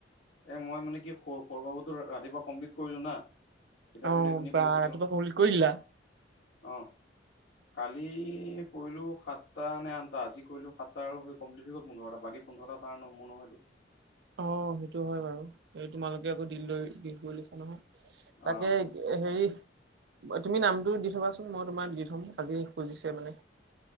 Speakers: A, on the left; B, on the right.
A: এ মই মানে কি স সৰু বাবতো ৰাতিপুৱা কমপ্লিট কৰিলো না এতিয়া
B: অ
A: বোলো এইখিনি
B: বা
A: কৰি থৈ দিওঁ
B: ৰাতিপৱা হৌল কৰিলা
A: অঁ কালি কৰিলো সাতটা নে আঠটা আজি কৰিলো সাতটা আৰু সেই কমপ্লিট হৈ গ'ল পোন্ধৰটা বাকী পোন্ধৰটা তাৰ ন মোৰ নহয়তটো
B: অ সেইটো হয় বাৰু এই তোমালোকে আকৌ দিলৈ দিল কৰি লৈছা নহয় তাকে
A: অঁ
B: হেৰি তুমি নামটো দি থবাচোন মই তোমাক দি থম আজি খুজিছে মানে